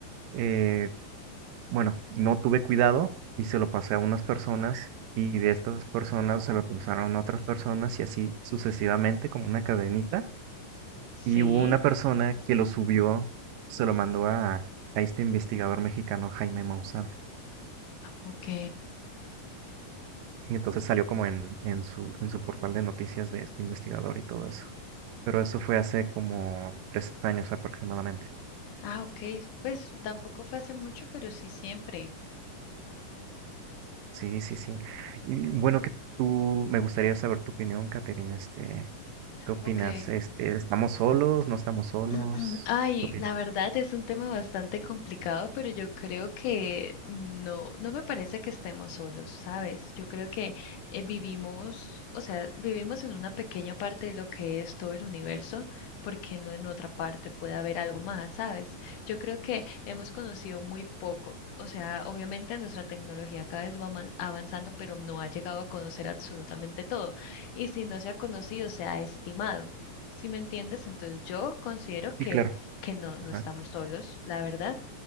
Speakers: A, on the right; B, on the left.
A: eh, bueno, no tuve cuidado y se lo pasé a unas personas y de estas personas se lo pasaron a otras personas y así sucesivamente como una cadenita Y
B: Sí.
A: hubo una persona que lo subió, se lo mandó a, a este investigador mexicano Jaime Maussan.
B: Ok.
A: Y entonces salió como en, en su, en su portal de noticias de este investigador y todo eso. Pero eso fue hace como tres años aproximadamente.
B: Ah, ok. Pues tampoco fue hace mucho, pero sí siempre.
A: Sí, sí, sí. Y bueno, que tú, me gustaría saber tu opinión, Caterina. Este, ¿qué opinas?
B: Ok.
A: Este, ¿estamos solos? ¿No estamos solos?
B: <clears throat> Ay,
A: ¿Qué opinas?
B: la verdad es un tema bastante complicado, pero yo creo que no, no me parece que estemos solos, ¿sabes? Yo creo que eh, vivimos, o sea, vivimos en una pequeña parte de lo que es todo el universo, porque no en otra parte puede haber algo más, ¿sabes? Yo creo que hemos conocido muy poco, o sea, obviamente nuestra tecnología cada vez va aman- avanzando, pero no ha llegado a conocer absolutamente todo, y si no se ha conocido, se ha estimado. Si me entiendes? Entonces yo considero que,
A: Sí, claro.
B: que no, no
A: Ajá.
B: estamos solos, la verdad.